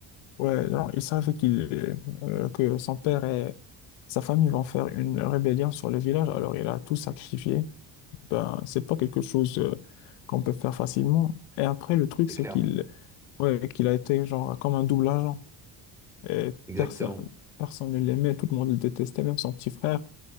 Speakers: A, on the left; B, in the centre.
A: Ouais, genre, il savait qu'il, euh, que son père et sa famille vont faire une rébellion sur le village, alors il a tout sacrifié. ben, c'est pas quelque chose euh, qu'on peut faire facilement. Et après, le truc,
B: c'est
A: c'est
B: clair.
A: qu'il ouais, qu'il a été genre comme un double agent. Et
B: Exactement.
A: personne, personne ne l'aimait, tout le monde le détestait, même son petit frère.